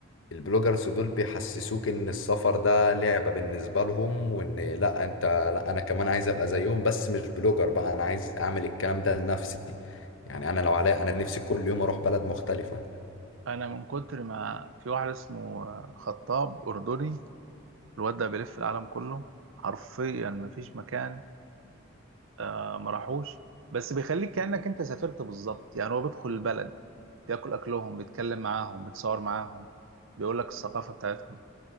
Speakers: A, on the left; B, on the right.
A: البلوجرز دول بيحسسوك ان السفر ده لعبة بالنسبة لهم وان لا انت لا انا كمان عايز ابقى زيهم بس مش بلوجر بقى انا عايز اعمل الكلام ده لنفسي يعني انا لو عليا انا نفسي كل يوم اروح بلد مختلفة
B: انا من كتر ما في واحد اسمه خطاب اردني الواد ده بيلف العالم كله حرفيا ما فيش مكان آه، ما راحوش بس بيخليك كأنك انت سافرت بالظبط يعني هو بيدخل البلد بياكل اكلهم بيتكلم معاهم بيتصور معاهم بيقول لك الثقافة بتاعتهم